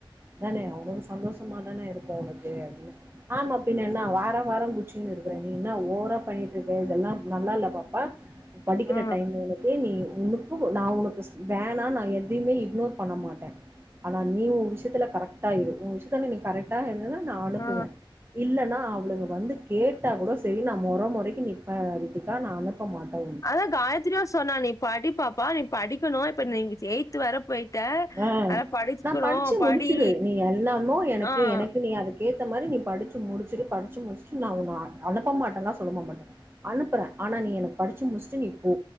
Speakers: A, on the right; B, on the left.
A: தான அவ்ளோ சந்தோஷமா தானே இருக்கூ அவனுக்கு அப்படின்னு ஆமா பின்ன என்ன வாரோ வாரோ குச்சன்னனு இருக்கறே நீன்னா ஓவரா பன்னி இருக்கு இதெல்லா நல்லா இல்ல பாப்பா படிக்கிற
B: ஆ
A: டைம் நீ உனக்கு நீ <unintelligible> நா உனக்கு வேணா நா எதையுமே இக்னோர் பண்ண மாட்டே ஆனா நீ உ விஷயத்துல கரெக்டா இரு உ விஷத்து நீங்க கரெக்டா இருந்தனா நா அனுப்புவே
B: ஆ
A: இல்லன்னா அவளுங்க வந்து கேட்டா கூட சரி நா மொற மொறைக்கு க்கு நிற்ப ரித்திகா நானு ப்ப மாட்ட
B: அதா காயத்ரினா சொன்னானே நீ படிப்பாப்பா நீ படிக்கணு இப்ப நீ எய்து வர போயிட்ட
A: ஆ
B: அதா படிச்சுக்கணு
A: நா படிச்சு
B: படி
A: முடிச்சுடு நீ எல்லாமோ எனக்கு
B: ஆ
A: எனக்கு நீ அதுக்கே இந்த மாரி நீ படிச்ச முடிச்சுடு படிச்சு முடிச்சுட்டு நா உன அனுப்ப மாட்டேலா சொல்ல மாட்டே அனுப்புறே ஆனா நீ எனக்கு படிச்சு முடிச்சுட்டு நீ போ